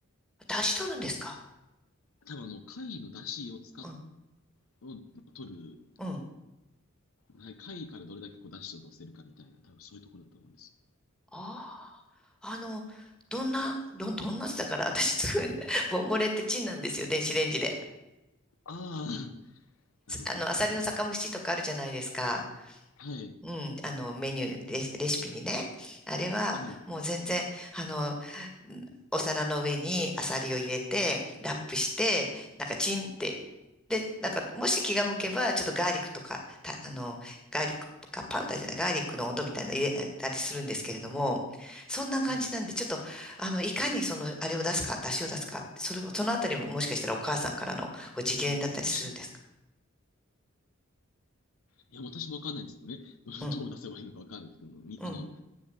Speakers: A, in the centre; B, on the left.
A: 出し取るんですか
B: 多分あの、貝の出汁を使っ、
A: うん、
B: を取る、
A: うん。
B: はい、貝からどれだけこう出汁を出せるかみたいな、多分そういうところだと思うんですよ。
A: ああ、あの、どんな、どん、どんなだから、私作る、<laughs> すボンゴレってチンなんですよ、電子レンジで。
B: ああ、なるほど。
A: あの、アサリの酒蒸しとかあるじゃないですか。
B: えーはい、
A: うん、あの、メニュー、レシ、レシピにね。あれは、
B: はい、
A: もう全然、あの、んお皿の上にアサリを入れて、ラップして、なんかチンって。で、なんか、もし気が向けば、ちょっとガーリックとか、た、あの、ガーリックかパウダーじゃない、ガーリックの音みたいなの入れたりするんですけれども、そんな感じなんで、
B: はい。
A: ちょっと、あの、いかにその、あれを出すか、出汁を出すか、それを、そのあたりももしかしたらお母さんからのご直伝だったりするんですか
B: いや、私も、いや、私もわかんないんですけどね。<laughs>
A: うん、
B: どう出せばいいのかわかんないですけど、みあの、
A: うん。